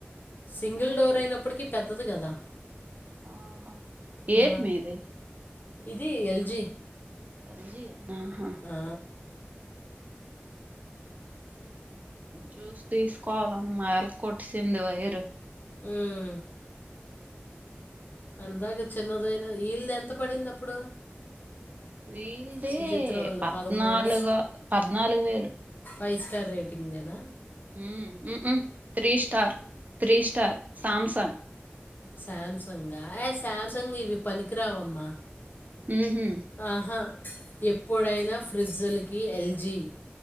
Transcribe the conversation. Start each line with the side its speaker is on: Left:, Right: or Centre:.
Left: సింగిల్
Right: ఆహా
Left: డోర్ అయినప్పటికి పెద్ ది కదా
Right: ఆహా ఏటి
Left: ఆ,
Right: మీది
Left: ఇది ఎల్జీ
Right: ఎల్ జి ఆ ఆహా
Left: ఆ,
Right: చూసి తీసుకోవాల అమ్మా ఎలక్కోట్సింది వైరు
Left: ఉమ్ అందాగా చిన్నదైన ఇళ్ళది ఎంత పడింది అప్పుడు
Right: వీల్ది
Left: సుచిత్ర వాళ్ళది
Right: పద్నాలుగు
Left: పదమూడు
Right: పద్నాలుగు వేలు
Left: ఫైవ్ స్టార్ రేటింగ్ దేనా
Right: ఉమ్ ఉహూ three star three star Samsung
Left: Samsung ఆ ఏ సామ్సంగ్ ఇవి పనికిరావమ్మా
Right: ఉహు
Left: ఆహా ఎప్పుడైనా ఫ్రిడ్జ్లకి ఎల్జీ